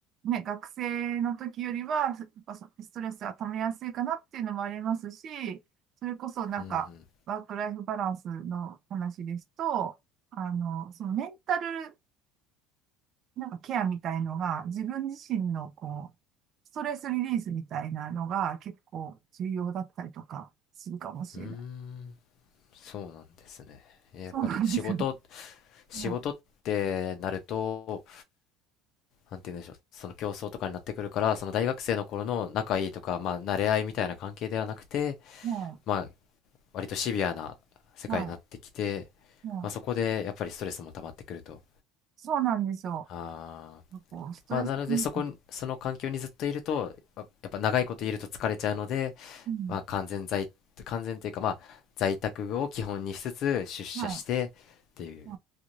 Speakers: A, on the right (about 35°); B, on the left (about 45°).
A: ね、学生の時よりは、やっぱそストレスが溜めやすいかなっていうのもありますし、それこそなんか、
B: うん、
A: ワークライフバランスの話ですと、あの、そのメンタル、なんかケアみたいのが、自分自身のこう、ストレスリリースみたいなのが結構重要だったりとかするかもしれない。
B: うん、うーん、そうなんですね。やっぱり仕事
A: そうなんですよ。<laughs>
B: 仕事ってなると、
A: うん
B: なんて言うんでしょう、その競争とかになってくるから、その大学生の頃の仲いいとか、まあ、慣れ合いみたいな関係ではなくて、
A: は
B: まあ、割とシビアな世界になってきて、
A: い。はい。はい
B: まあ、そこでやっぱりストレスも溜まってくると。
A: そうなんですよ。
B: あーまあ、
A: こう、ストレスに、
B: なのでそこに、
A: う
B: その環境にずっといると、やっやっぱ長いこといると疲れちゃうので、
A: うん、
B: まあ、完全在、完全というか、まあ、在宅を基本にしつつ出社してっていう。
A: はい。はい